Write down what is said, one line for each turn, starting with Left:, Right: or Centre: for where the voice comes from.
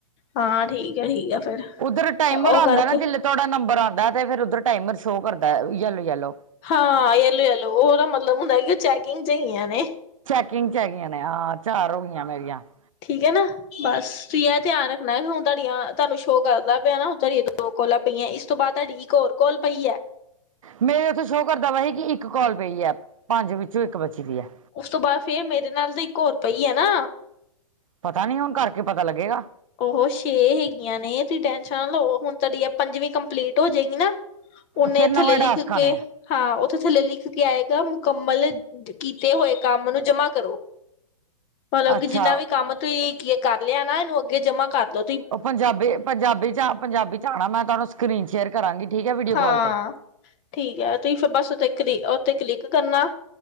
Left: ਹਾਂ' ਠੀਕ ਆ ਠੀਕ ਆ ਫੇਰ।
Right: ਉੱਧਰ ਟਾਈਮਰ
Left: ਉਹ
Right: ਆਉਂਦਾ
Left: ਕਰਕੇ
Right: ਨਾ ਜਿਹਲੇ ਤੁਹਾਡਾ ਨੰਬਰ ਆਉਂਦਾ ਤੇ ਫਿਰ ਉਧਰ ਟਾਈਮਰ ਸ਼ੋਅ ਕਰਦਾ ਹੈ ਯੈਲੋ- ਯੈਲੋ।
Left: ਹਾਂ ਯੈਲੋ, ਯੌਲੋ ਉਹਦਾ ਮਤਲਬ ਹੁੰਦਾ ਕਿ ਉਹ ਚੈਕਿੰਗ ਚ ਹੀ ਆਈਆ ਨੇ
Right: ਚੈਕਿੰਗ 'ਚ ਹੈਗੀਆਂ ਨੇ, ਹਾਂ ਚਾਰ ਹੋ ਗਈਆਂ। ਰੀਆਂ। <inaudible>
Left: ਕਹਿਨਾ। ਬਸ ਤੁ ਇਹ ਧਿਆਨ ਰੱਖਣਾ ਹੁਣ ਤੁਹਾਡੀਆਂ ਤੁਹਾਨੂੰ ਸ਼ੋਅ ਕਰਦਾ ਪਿਆ ਹੁਣ ਤੁਹਾਡੀਆਂ ਦੋ ਕੋਲਾਂ ਪਈਆਂ ਇਸ ਤੋਂ ਬਾਅਦ ਤੁਹਾਡੀ। ਇਕ ਔਰ ਕੋਲ ਪਈ ਹੈ।
Right: ਮੇਰੇ ਉੱਥੇ ਸ਼ੋਅ ਕਰਦਾ ਵਾ ਸੀ' ਕਿ ਇੱਕ ਕੋਲ ਪਈ ਹੈ ਪੰਜ ਵਿੱਚੋਂ ਇੱਕ ਬੱਚੀ ਦੀ ਹੈ।
Left: ਉਸ ਤੋਂ ਬਾਅਦ ਫੇਰ ਮੇਰੇ ਨਾਲ ਤੇ ਇੱਕ ਹੋਰ ਪਈ ਆ ਨਾ।
Right: ਪਤਾ ਨੀ ਹੁਣ ਕਰਕੇ ਪਤਾ ਲੱਗੇਗਾ।
Left: ਉਹ ਛੇ ਹੈਗੀਆਂ ਨੇ ਤੁਸੀਂ ਟੈਨਸ਼ਨਾਂ ਲਓ ਹੁਣ ਤੁਹਾਡੀ ਪੰਜਵੀਂ ਕੰਪਲੀਟ ਹੋ ਜਾਏਗੀ ਨਾ। ਉਹਨੇ
Right: ਫਿਰ ਨਵਾਂ
Left: ਥੱਲੇ ਲਿਖ
Right: ਡਾਸਕ ਆਣੇ
Left: ਕੇ
Right: ਆ
Left: ਹਾਂ ਉੱਥੇ ਥੱਲੇ ਲਿਖ ਕੇ ਆਏਗਾ ਮੁਕੰਮਲ ਕੀਤੇ ਹੋਏ ਕੰਮ ਨੂੰ ਜਮਾ ਕਰੋ। ਮਤਲਬ
Right: ਅੱਛਾ
Left: ਕਿ ਜਿੰਨਾ ਵੀ ਕੰਮ ਤੁਸੀਂ ਕਰ ਲਿਆ ਨਾ ਇਹਨੂੰ ਅੱਗੇ ਜਮਾ ਕਰ ਲੋ।
Right: ਉਹ ਪੰਜਾਬੀ ਪੰਜਾਬੀ ਚ ਪੰਜਾਬੀ ਚ ਆਉਣਾ ਮੈਂ ਤੁਹਾਨੂੰ ਸਕਰੀਨ ਸ਼ੇਅਰ ਕਰਾਂਗੀ ਠੀਕ ਹੈ ਵੀਡੀਓ
Left: ਹਾਂ
Right: ਕਾਲ ਤੇ।
Left: ਠੀਕ ਹੈ ਤੁਸੀਂ ਫੇਰ ਬਸ ਉਥ ਕਲੀ ਉਥੇ ਕਲਿੱਕ ਕਰਨਾ